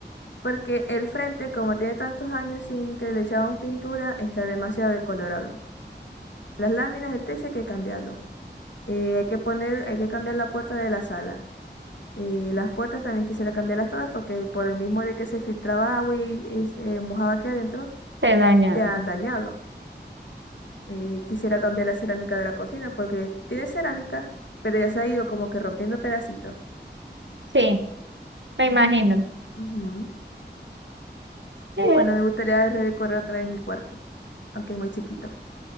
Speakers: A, on the left; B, on the right.
A: Porque el frente, como tiene tantos años sin que le echamos pintura, está demasiado decolorado. Las láminas del techo hay que cambiarlo. Eh, hay que poner, hay que cambiar la puerta de la sala. Eh, las puertas también quisiera cambiarlas todas porque por el mismo de que se filtraba agua y, y se mojaba aquí adentro,
B: Te dañaron.
A: se han dañado. Eh, quisiera cambiar la cerámica de la cocina porque tiene cerámica, pero ya se ha ido como que rompiendo pedacitos.
B: Sí, me imagino.
A: Ujú.
B: Sí,
A: Y bueno, me gustaría redecorar otra vez mi cuarto, aunque es muy chiquito.